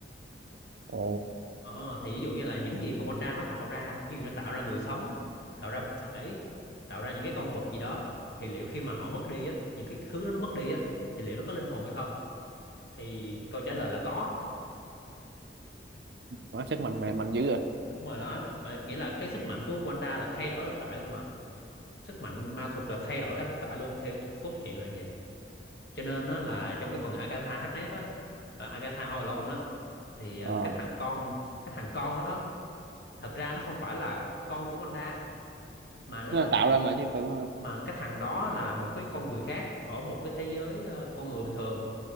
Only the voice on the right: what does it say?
ồ
nó sức mạnh mạnh mạnh dữ rồi
ờ
nó
là tạo
ra mà chứ tưởng ờ